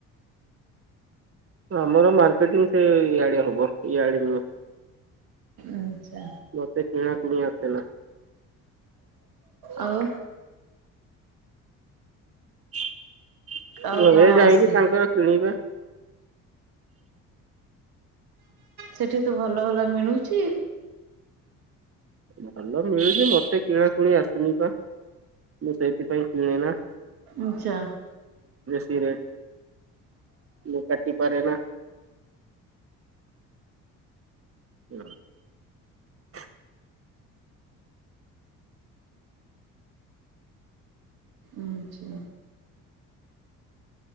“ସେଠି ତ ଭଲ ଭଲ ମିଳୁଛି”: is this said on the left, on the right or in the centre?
Right